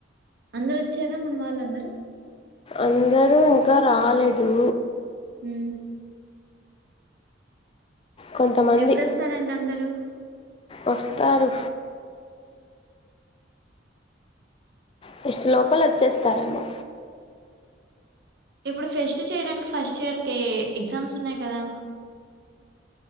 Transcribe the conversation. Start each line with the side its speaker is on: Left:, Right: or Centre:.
Right: అందరు వచ్చారా మన వాళ్ళందరూ
Left: అందరూ ఇంకా రాలేదు
Right: హ్మ్మ్
Left: కొంతమంది
Right: ఎప్పుడొస్తారంట అందరుూ
Left: వస్తారు పెస్ట్ లోపల వచ్చేస్తారేమో
Right: ఇప్పుడు ఫెస్ట్ చేయడానికి ఫస్ట్ ఇయర్ కి ఎగ్జామ్స్ ఉన్నాయి కదా